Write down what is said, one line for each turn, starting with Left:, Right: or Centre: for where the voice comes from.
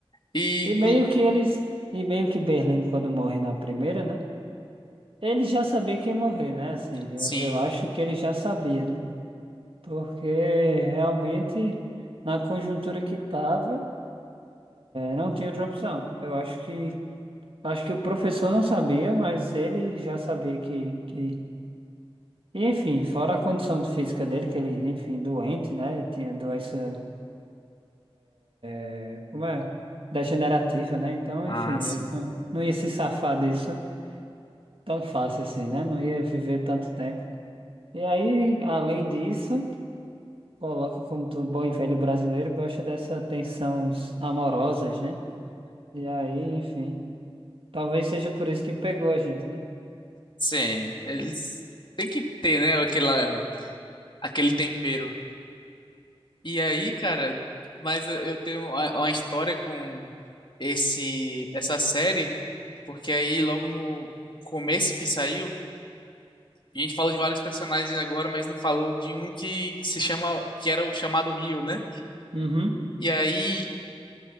Left: E,
Right: E
Left: inclu...
Right: meio que eles, e meio que Berlim, quando morre na primeira, né? Ele já sabia que ia morrer, né? Assim,
Left: sim.
Right: eu, eu acho que ele já sabia, né? porque realmente, na conjuntura que estava, não tinha outra opção. Eu acho que, acho que o professor não sabia, mas ele já sabia que, que... e, Enfim, fora a condição de física dele, que ele, enfim, doente, né? Tinha doença, é, como é? Degenerativa, né? Então,
Left: Ah,
Right: enfim,
Left: sim.
Right: ele não, não ia se safar disso tão fácil assim, né? Não ia viver tanto tempo. E aí, além disso... Coloca como todo bom e velho brasileiro gosta dessas tensões amorosas, né? E aí, enfim. Talvez seja por isso que pegou a gente, né?
Left: Sim, eles têm que ter, né, aquela, aquele tempero. E aí, cara, mas eu eu tenho uma uma história com esse essa série, porque aí logo no começo que saiu, a gente falou de vários personagens agora, mas não falou de um que se chama, que era o chamado Rio, né?
Right: Uhum.
Left: E aí,